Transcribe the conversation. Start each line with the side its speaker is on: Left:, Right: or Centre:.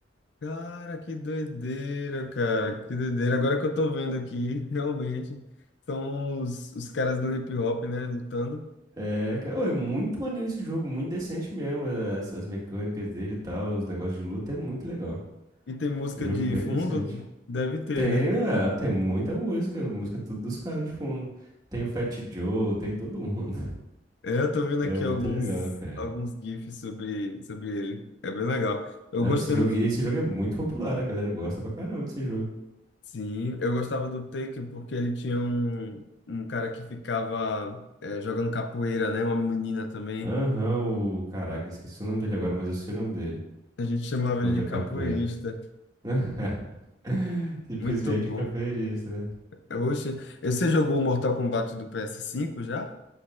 Left: Cara, que doideira, cara. Que doideira. Agora que eu tô vendo aqui, realmente, são os, os caras do hip hop, né, lutando.
Right: É, cara, ô, é muito maneiro esse jogo, muito decente mesmo. As, as mecânicas dele e tal, os negócios de luta é muito legal.
Left: E tem música
Right: Jogo
Left: de
Right: bem
Left: fundo?
Right: decente.
Left: Deve ter,
Right: Tem,
Left: né?
Right: é, tem muita música, música tudo dos caras de fundo. Tem o Fat Joe, tem todo mundo. <laughs>
Left: É, eu tô vendo
Right: É
Left: aqui
Right: muito
Left: alguns,
Right: legal, cara.
Left: alguns GIFs sobre, sobre ele. É bem legal. Eu
Right: Não,
Left: gostei.
Right: esse jogo,
Left: mu-
Right: esse jogo é muito popular, a galera gosta pra caramba desse jogo.
Left: Sim, eu gostava do Taken porque ele tinha um, um cara que ficava é, jogando capoeira, né? Uma menina também.
Right: Aham, o. Caraca, esqueci o nome dele agora, mas eu sei o nome dele.
Left: A gente chamava
Right: O
Left: ele
Right: da
Left: de
Right: capoeira.
Left: capoeirista.
Right: <laughs> Simplesmente
Left: Muito bom.
Right: capoeirista, né?
Left: Oxe, você jogou o Mortal Kombat do ps cinco já?